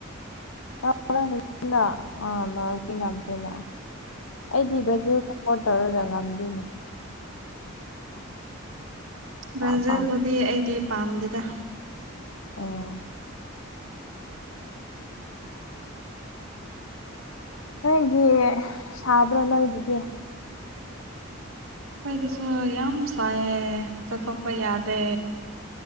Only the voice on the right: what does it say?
ꯕ꯭ꯔꯥꯖꯤꯜꯕꯨꯗꯤ
ꯑꯩꯗꯤ ꯄꯥꯝꯗꯦꯗ
ꯑꯩꯈꯣꯏꯗꯁꯨ ꯌꯥꯝ ꯁꯥꯏꯌꯦ ꯆꯠꯊꯣꯛꯄ ꯌꯥꯗꯦ